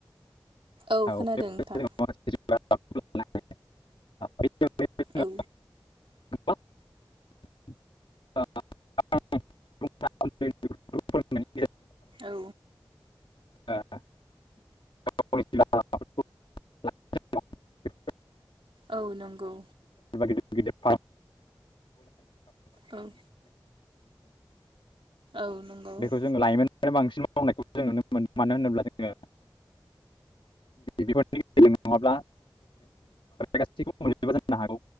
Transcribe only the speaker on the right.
औ खोनादों नोंथां औ
औ।
औ नोंगौ
औ औ नंगौ